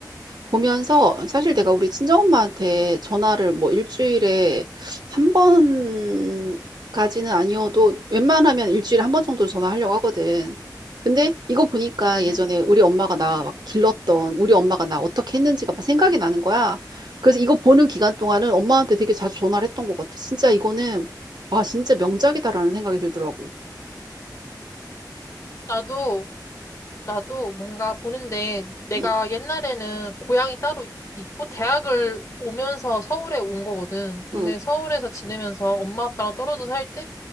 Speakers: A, on the right; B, on the left.
A: 보면서 사실 내가 우리 친정엄마한테 전화를 뭐 일주일에 한 번까지는 아니어도 웬만하면 일주일에 한 번 정도 전화하려고 하거든. 근데 이거 보니까 예전에
B: 음.
A: 우리 엄마가 나 막 길렀던 우리 엄마가 나 어떻게 했는지가 막 생각이 나는 거야. 그래서 이거 보는 기간 동안은 엄마한테 되게 자주 전화를 했던 것 같아. 진짜 이거는 와 진짜 명작이다라는 생각이 들더라고.
B: 나도 나도 뭔가 보는데 내가
A: 응,
B: 옛날에는 고향이 따로 있고 대학을 오면서 서울에 온 거거든. 근데
A: 응,
B: 서울에서 지내면서 엄마 아빠랑 떨어져 살 때